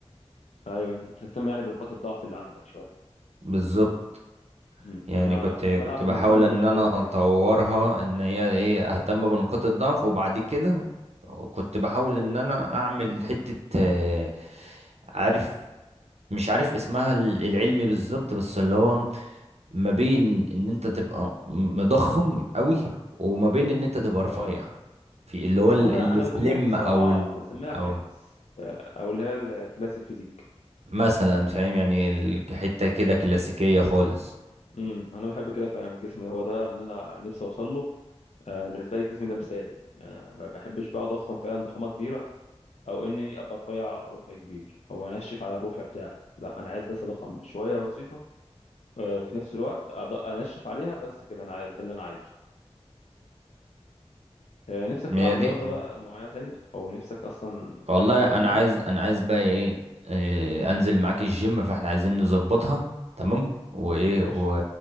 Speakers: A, on the left; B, on the right.
A: ايوه انت بتهتم يعني بنقاط الضعف اللي عندك شويه
B: بالظبط
A: مم.
B: يعني
A: انا
B: كنت
A: انا
B: كنت
A: بلعب
B: بحاول
A: بنظام
B: ان
A: بوش بول
B: انا
A: ليج
B: اطورها ان هي ايه اهتم بنقاط الضعف وبعد كده كنت بحاول ان انا اعمل حتة آه، عارف مش عارف اسمها ال- العلمي بالظبط بس اللي هو ما بين ان انت تبقى مضخم قوي وما بين ان انت تبقى رفيع
A: اه
B: في اللي هو
A: ما
B: ال-
A: هو ده انا
B: السليم
A: بسميها في الصراحه
B: او ال...
A: بسميها
B: او
A: فيتنس آه، او اللي هي الكلاسيك فيزيك
B: مثلا فاهم يعني ال- حته كده كلاسيكيه خالص
A: امم انا بحب كده فعلا الجسم ده هو ده اللي انا نفسي اوصل له آه، بالنسبه لي الجسم ده مثالي ما ما بحبش بقى اضخم فعلا ضخامه كبيره او اني ابقى رفيع رفع كبير او انشف على الرفع بتاعي لا انا عايز بس اضخم شويه بسيطه آه، وفي نفس الوقت أض- انشف عليها بس كده انا عايز- ده اللي انا عايزه آه، نفسك تلعب
B: هي دي
A: رياضة بقى معينة تانية أو نفسك أصلا
B: والله
A: تعمل هواية
B: انا
A: تانية
B: عايز انا عايز بقى ايه آه، انزل معاك الجيم فاحنا عايزين نظبطها تمام وايه
A: ماشي
B: و...